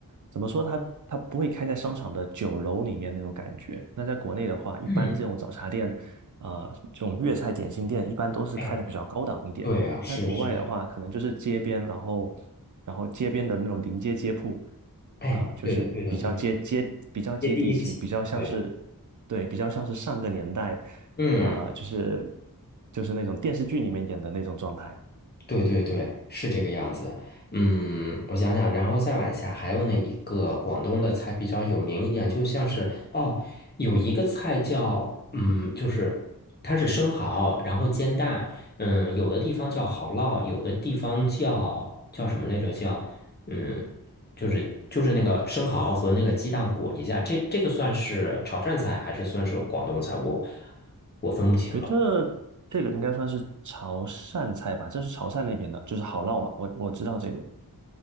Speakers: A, on the right; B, on the left.
A: 怎么说，它它不会开在商场的酒楼里面那种感觉。那在国内的话，一般这种早茶店，
B: 嗯，
A: 呃，这种粤菜点心店一般都是开的比较高档一点。
B: 哎，对啊，是是的，
A: 在国外的话，可能就是街边，然后然后街边的那种临街街铺，
B: 哎，
A: 啊、就是比较接接比较接地气，
B: 对的，对的，对的，第一气，
A: 比较像是
B: 对，
A: 对，比较像是上个年代。
B: 嗯。
A: 啊，就是就是那种电视剧里面演的那种状态。
B: 对对对，是这个样子。嗯，我想想，然后再往下还有哪一个广东的菜比较有名一点？就像是哦，有一个菜叫嗯，就是它是生蚝，然后煎蛋。嗯，有的地方叫蚝烙，有的地方叫叫什么来着？叫嗯，就是就是那个生蚝和那个鸡蛋裹一下。这这个算是潮汕菜还是算是广东菜？我我分不清了
A: 我觉得这个应该算是潮汕菜吧，这是潮汕那边的，就是好烙嘛。我我知道这个